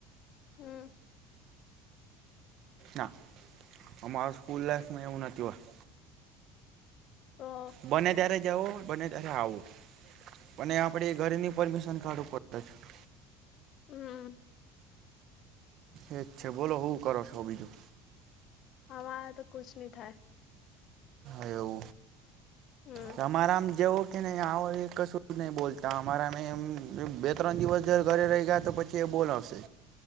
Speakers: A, on the left (about 55°); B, on the right (about 60°).
A: હમ્મ.
B: ના અમારા સ્કૂલ લાઈફમાં એવું નથી હોતુ.
A: હ.
B: બને ત્યારે જઓ બને ત્યારે આવુ. અને આપણેે ઘરની પરમિશન કાઢવું પડે છે.
A: હમ્મ.
B: એ છે બોલો હું કરો છો બીજું.
A: અમારા તો કુછ બી થા.
B: એવું.
A: હમ
B: તમારા એમ જેવુ. કે નહી આ કશું જ નહી બોલતા અમારા મેંમ બે ત્રણ દિવસ જ ઘરે રહી ગયા તો પછી કે બોલાવશે.